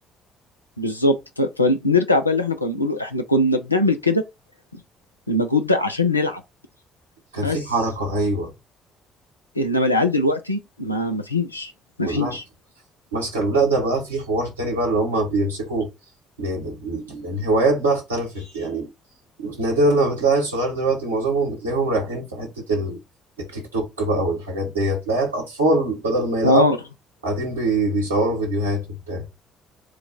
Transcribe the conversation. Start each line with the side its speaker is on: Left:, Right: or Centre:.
Left: بالظبط ف- فنرجع بقى اللي احنا كنا بنقوله احنا كنا بنعمل كده المجهود ده عشان نلعب
Right: كان
Left: بس
Right: في حركة ايوه
Left: انما العيال دلوقتي ما ما فيش ما
Right: كلها
Left: فيش
Right: بت- ماسكة له. لا ده بقى في حوار تاني بقى اللي هم بيمسكوا ل- ل- الهوايات بقى اختلفت يعني نادرا لما بتلاقي الصغير دلوقتي معظمهم بتلاقيهم رايحين في حتة ال- التيك توك بقى والحاجات ديت تلاقي اطفال بدل ما يلعبوا
Left: اه
Right: قاعدين بي- بيصوروا فيديوهات وبتاع